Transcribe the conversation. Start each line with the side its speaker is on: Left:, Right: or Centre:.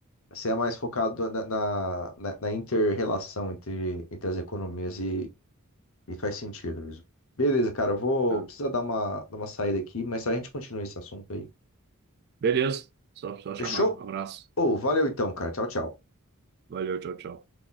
Left: você é mais focado na, na, na, na inter-relação entre, entre as economias e E faz sentido mesmo. Beleza, cara, eu vou
Right: né?
Left: precisar dar uma, dar uma saída aqui, mas a gente continua esse assunto aí.
Right: Beleza, só, só chamar.
Left: Fechou?
Right: Um Abraço.
Left: Ô, valeu então, cara. Tchau, tchau.
Right: Valeu, tchau, tchau.